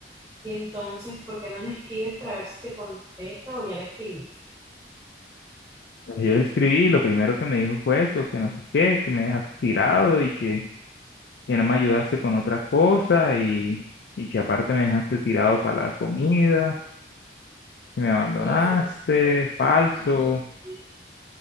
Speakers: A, on the right; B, on the left.
A: Y entonces, ¿por qué no le escribes para ver si te contesta o ya le escribiste?
B: Yo le escribí y lo primero que me dijo fue eso, que no sé qué, que me dejaste tirado y que, que no me ayudaste con otra cosa y, y que aparte me dejaste tirado para la comida, que me abandonaste,
A: Oye, ¿tú supiste-
B: falso.
A: tú supiste